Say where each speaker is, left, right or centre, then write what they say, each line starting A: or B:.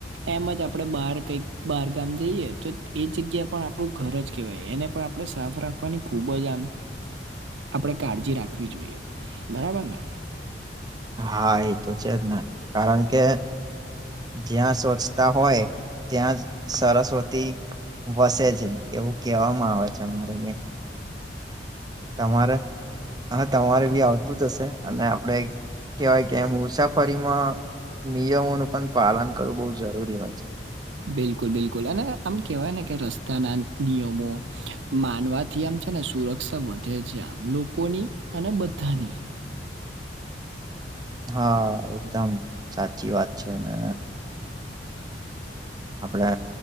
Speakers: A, on the right (about 85°); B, on the right (about 20°).
A: એમ જ આપડે બાર કંઈક બાર ગામ જઈએ, તો એ જગ્યા પણ આપડું ઘર જ કેવાય, એને પણ આપડે સાફ રાખવાની. ખુબજ આમ આપડે કાળજી રાખવી જોઈએ, બરાબર ને?
B: હા, એ તો છે જ ને, કારણ કે જ્યાં સ્વચ્છતા હોય ત્યાં જ સરસ્વતી વસે છે, એવું કેવામાં આવે છે અમારે કે તમારે હા તમારે બી આવતું જ હશે અને આપડે કેવાય કે મુસાફરીમાં નિયમોનું પણ પાલન કરવું બઉ જરૂરી હોય છે.
A: બિલકુલ, બિલકુલ અને આમ કેવાય ને કે રસ્તાના નિયમો માનવાથી આમ છે ને સુરક્ષા વધે છે આમ લોકોની અને બધાની
B: હા એકદમ સાચી વાત છે, અને આપડે